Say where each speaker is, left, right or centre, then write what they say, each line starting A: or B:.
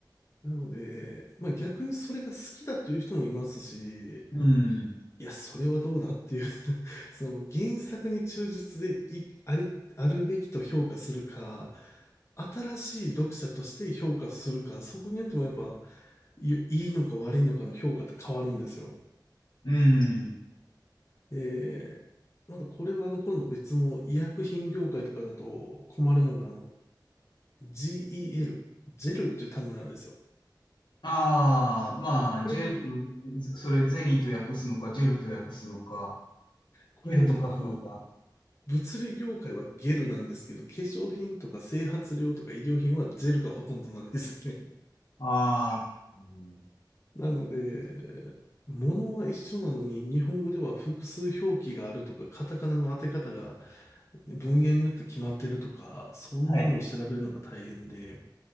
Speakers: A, on the left (about 35°); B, on the left (about 80°).
A: なので、まあ逆にそれが好きだという人もいますし、
B: うん。
A: いや、それはどうだっていう <laughs> その原作に忠実でい、あり、あるべきと評価するか、新しい読者として評価するか、そこによってもやっぱ、いいいのか悪いのかの評価って変わるんですよ。
B: うん。
A: で、またこれはあの、今度別の医薬品業界とかだと困るのがあの、GEL、ジェルっていう単語なんですよ。
B: ああ、まあ、
A: これが、
B: ジェル、それゼリーと訳すのか、ジェルと訳すのか、
A: これね、
B: ジェルと書くのか。
A: あの、物理業界はゲルなんですけど、化粧品とか整髪料とか医療品はジェルがほとんどなんですね。<laughs>
B: ああ、うん
A: なので、物は一緒なのに、日本語では複数表記があるとか、カタカナの当て方が文言によって決まってるとか、そんなのを調べるのが大変で、
B: はい。